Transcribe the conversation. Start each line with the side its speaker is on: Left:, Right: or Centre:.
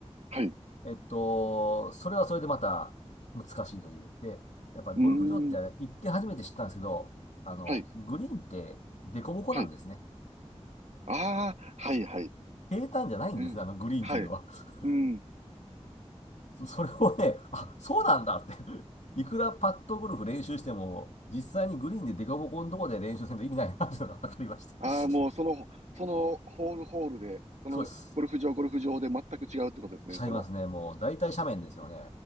Right: はい。う
Left: えっと、それはそれでまた難しいという。で、やっぱりゴルフ場って行って初めて知ったんですけど、
Right: ーん。
Left: あの、
Right: はい。
Left: グリーンって凸凹なんですね。
Right: はい。ああ、はい、はい。
Left: 平坦じゃないんですね、
Right: うん。
Left: あのグリーンっていうのは。
Right: はい。
Left: <laughs>
Right: うん。
Left: そそれをね、あ、そうなんだって <laughs> いくらパットゴルフ練習しても、実際にグリーンで凸凹のところで練習せんと意味ないなっていうのが分かりまして
Right: ああ、
Left: <laughs>
Right: もうその、そのホールホールで、そのゴルフ場、
Left: そうです。
Right: ゴルフ場で全く違うってことですね。
Left: ちゃいますね。
Right: その
Left: もう大体斜面ですよね。